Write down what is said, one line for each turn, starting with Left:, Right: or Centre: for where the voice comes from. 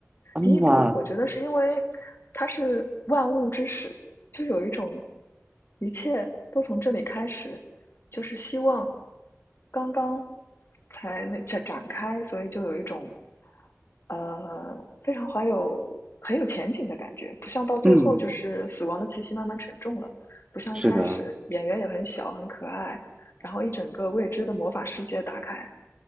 Right: 啊，
Left: 第一部我觉得是因为它是万物之始，就有一种一切都从这里开始，就是希望刚刚才那展展开，所以就有一种呃非常怀有很有前景的感觉，不像到最后就是死亡的气息慢慢沉重了，
Right: 嗯，
Left: 不像一开始演员也很小很可爱，
Right: 是的，
Left: 然后一整个未知的魔法世界打开。